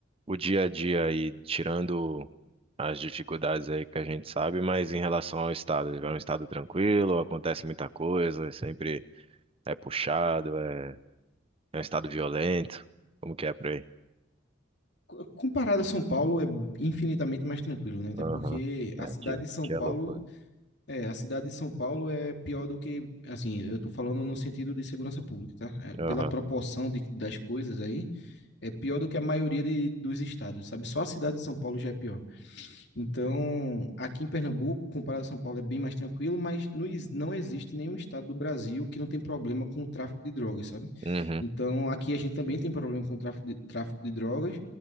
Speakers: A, on the right (about 30°); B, on the left (about 60°).
A: o dia a dia aí, tirando as dificuldades aí que a gente sabe, mas em relação ao estado, é um estado tranquilo, acontece muita coisa, é sempre é puxado, é, é um estado violento. Como que é por aí?
B: co- Comparado a São Paulo, é infinitamente mais tranquilo, né? Até
A: Aham.
B: porque
A: É,
B: a cidade
A: aqui,
B: de São
A: aqui
B: Paulo,
A: é loucura.
B: é, a cidade de São Paulo é pior do que, assim, eu tô falando no sentido de segurança pública, tá? É,
A: Aham.
B: pela proporção de, das coisas aí, é pior do que a maioria de, dos estados, sabe? Só a cidade de São Paulo já é pior. Então, aqui em Pernambuco, comparado a São Paulo, é bem mais tranquilo, mas não, ex- não existe nenhum estado do Brasil que não tem problema com o tráfico de drogas, sabe?
A: Uhum.
B: Então, aqui a gente também tem problema com o tráfico de, tráfico de drogas.